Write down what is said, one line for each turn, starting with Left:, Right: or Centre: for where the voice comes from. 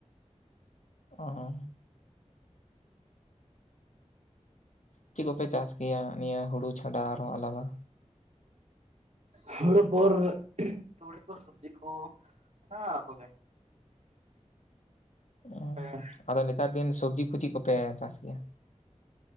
Left: ᱚ ᱦᱚ ᱪᱮᱫ ᱠᱚᱯᱮ ᱪᱟᱥ ᱜᱮᱭᱟ ᱱᱤᱭᱟᱹ ᱦᱩᱲᱩ ᱪᱷᱟᱰᱟ ᱟᱨᱦᱚ ᱟᱞᱟᱫᱟ?
Right: ᱦᱩᱲᱩ ᱯᱚᱨ ᱛᱩᱲᱤ ᱠᱚ ᱥᱚᱵᱡᱤ ᱠᱚ ᱚᱱᱟ <unintelligible> ᱠᱚᱜᱮ <inaudible>
Left: <unintelligible>
Right: ᱟᱯᱮ ᱜᱮ?
Left: ᱟᱫᱚ ᱱᱮᱛᱟᱨ ᱫᱤᱱ ᱥᱚᱵᱡᱤ ᱠᱚ ᱪᱤᱫ ᱠᱚᱯᱮ ᱪᱟᱥ ᱜᱮᱭᱟ